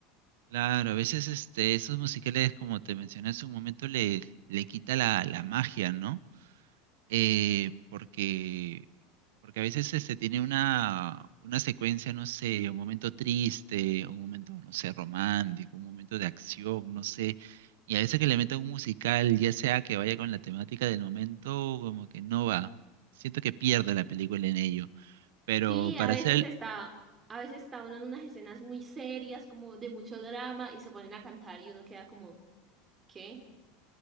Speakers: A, on the right; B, on the right.
A: Claro, a veces este, esos musicales, como te mencioné hace un momento, le, le quita la, la magia, ¿no? eh, porque, porque a veces este, tiene una, una secuencia, no sé, un momento triste, un momento, no sé, romántico, un momento de acción, no sé, y a veces que le meten un musical, ya sea que vaya con la temática del momento, como que no va. Siento que pierde la película en ello, pero
B: Sí,
A: para
B: a veces
A: hacer,
B: está, a veces está uno en unas escenas muy serias, como de mucho drama, y se ponen a cantar y uno queda como, ¿qué?